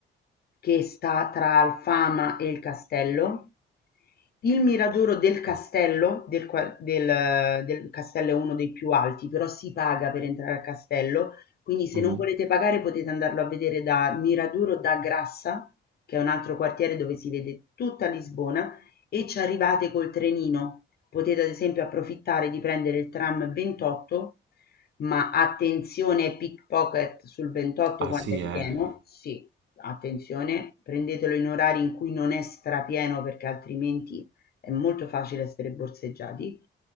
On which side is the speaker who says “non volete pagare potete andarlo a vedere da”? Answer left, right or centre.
Left